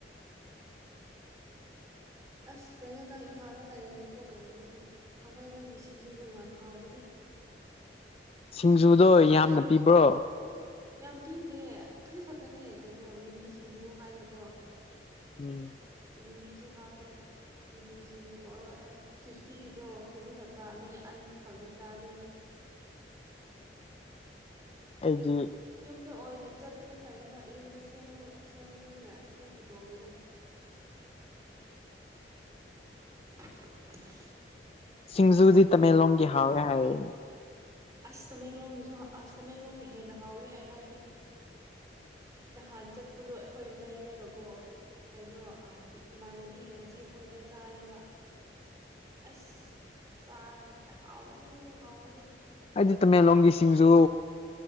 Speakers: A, on the right; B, on the left.
A: ꯑꯁ ꯀꯩꯅꯣ ꯅꯪ ꯏꯝꯐꯥꯜꯗ ꯂꯩꯔꯤꯔꯦꯀꯣ ꯀꯩꯅꯣꯒꯤ ꯊꯥꯡꯃꯩꯕꯟꯒꯤ ꯁꯤꯡꯖꯨꯗꯣ ꯌꯥꯝ ꯍꯥꯎꯕꯅꯦ
B: ꯁꯤꯡꯖꯨꯗꯣ ꯌꯥꯝꯅ ꯄꯤꯕ꯭ꯔꯣ
A: ꯌꯥꯝ ꯄꯤꯗꯦ ꯍꯧꯖꯤꯛ ꯈꯛꯇꯅꯦ ꯀꯩꯅꯣ ꯃꯤꯃꯤꯁꯤꯡꯁꯨ ꯍꯥꯏꯅꯀꯣ
B: ꯎꯝ
A: ꯃꯤꯃꯤ ꯖꯣꯍꯥꯕꯦ ꯃꯤꯃꯤꯁꯤꯡꯗꯨ ꯀꯧꯔꯒ ꯐꯤꯐꯇꯤꯒꯤꯗꯣ ꯈꯖꯤꯛ ꯈꯛꯇ ꯃꯤ ꯑꯅꯤ ꯈꯛꯇ ꯆꯥꯗꯣꯏꯅꯦ
B: <unintelligible> ꯒꯤ
A: ꯗ ꯑꯣꯏꯅ ꯆꯠꯇꯅ ꯐꯩ ꯍꯣꯏ ꯌꯨꯝꯗ ꯁꯦꯝꯕꯗꯨꯅ ꯑꯩꯈꯣꯏꯒꯤ ꯇꯣꯡꯉꯤꯗ <unintelligible>
B: ꯁꯤꯡꯖꯨꯗꯤ ꯇꯃꯦꯡꯂꯣꯡꯒꯤ ꯍꯥꯎꯋꯦ ꯍꯥꯏꯌꯦ
A: ꯑꯁ ꯇꯃꯦꯡꯂꯣꯡꯒꯤꯁꯨ ꯑꯁ ꯇꯃꯦꯡꯂꯣꯡꯒꯤ ꯍꯦꯟꯅ ꯍꯥꯎꯋꯦ ꯑꯩ ꯍꯥꯏꯒꯦ ꯅꯍꯥꯟ ꯆꯠꯄꯗꯣ ꯑꯩꯈꯣꯏ ꯂꯩꯔꯒꯀꯣ ꯀꯩꯅꯣ ꯏꯃꯥꯟꯅꯕꯤꯒꯤ ꯃꯆꯦ ꯈꯣꯏꯗ ꯆꯥꯏꯌꯦꯕ ꯑꯁ ꯆ ꯍꯥꯎꯗꯨ ꯍꯥꯎꯗꯨ
B: ꯍꯥꯏꯗꯤ ꯇꯃꯦꯡꯂꯣꯡꯒꯤ ꯁꯤꯡꯖ